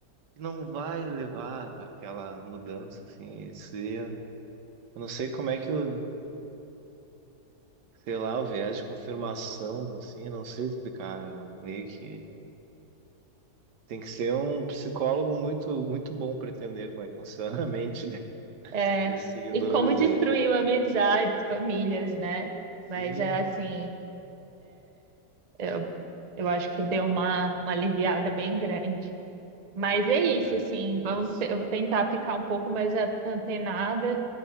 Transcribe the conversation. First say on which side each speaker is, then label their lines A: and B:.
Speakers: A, on the right; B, on the right.
A: não vai levar aquela mudança assim, isso ia- eu não sei como é que, o- sei lá, o viés de confirmação assim, não sei explicar, eu meio que Tem que ser um psicólogo muito, muito bom para entender como é que funciona <laughs> a mente
B: É,
A: Desses seguidores
B: e como destruiu
A: aí.
B: amizades, famílias, né?
A: Sim,
B: Mas é assim,
A: tá.
B: eu, eu acho que deu uma, uma aliviada bem grande. Mas é isso,
A: Ah,
B: assim, vamos
A: isso.
B: te- eu
A: <laughs>
B: vou tentar ficar um pouco mais a- antenada,